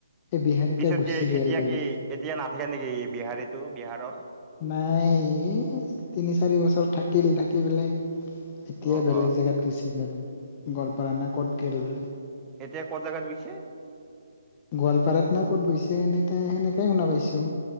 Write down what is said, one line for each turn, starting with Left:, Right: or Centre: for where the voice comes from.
Left: এই বিহাৰীটা
Right: পিছতকে
Left: গুচি গেল
Right: এতিয়া
Left: বেলেগ
Right: কি এতিয়া নাথাকে নেকি বিহাৰীটো বিহাৰত
Left: নাই এই ফিনিশ চাৰি বছৰ থাকিল থাকি পেলাই এতিয়াই
Right: অ
Left: বেলেগ
Right: অ
Left: জেগাত গৈছিল গেল গোৱাপাৰ না ক'ত গল বোলে
Right: এতিয়া ক'ত জেগাত গৈছে
Left: গোৱালপাৰাত না ক'ত গৈছে এনে সেনেকাই শুনা পাইছো